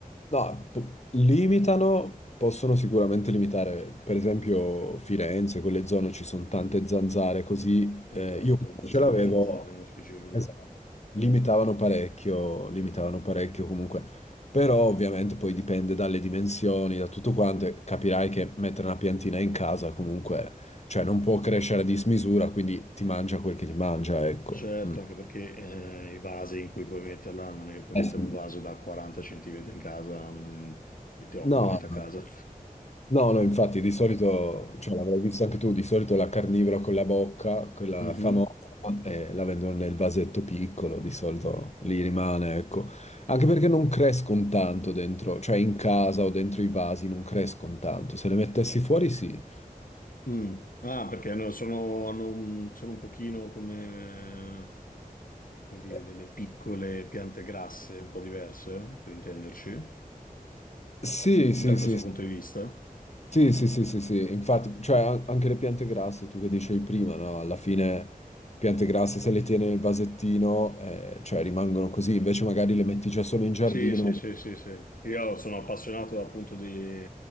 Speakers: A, on the left; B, on the left.
A: No, po- limitano, possono sicuramente limitare, per esempio Firenze, quelle zone ci sono tante zanzare, così
B: Esatto,
A: eh, io quando
B: pensavo
A: ce l'avevo,
B: alle zanzare nello specifico.
A: esatto, limitavano parecchio, limitavano parecchio comunque, però ovviamente poi dipende dalle dimensioni, da tutto quanto, e capirai che mettere una piantina in casa comunque, cioè non può crescere a dismisura, quindi ti mangia quel che ti mangia, ecco.
B: Certo,
A: Mm.
B: anche perché eh, i vasi in cui puoi metterla, non è che puoi
A: Eh
B: mettere
A: sì.
B: un vaso da 40 centimetri in casa, mm, che ti occupa
A: No.
B: metà casa.
A: No, no, infatti di solito, cioè l'avrai visto anche tu, di solito la carnivora con la bocca, quella
B: <laughs> Mhm.
A: famosa, eh, la vendono nel vasetto piccolo, di solito lì rimane, ecco. Anche perché non crescono tanto dentro, cioè in casa o dentro i vasi non crescono tanto. Se le mettessi fuori sì.
B: Mm. Ah, perché hanno- sono, hanno un, sono un pochino come, come dire,
A: Eh,
B: delle piccole piante grasse, un po' diverse, per intenderci,
A: Sì, sì,
B: da questo
A: sì, sì.
B: punto di vista.
A: Sì, sì, sì, sì, sì, infatti, cioè an- anche le piante grasse, tu che dicevi prima, no? Alla fine piante grasse se le tieni nel vasettino, eh, cioè rimangono così, invece magari le metti già solo in giardino.
B: Sì, sì, sì, sì, sì. Io sono appassionato appunto di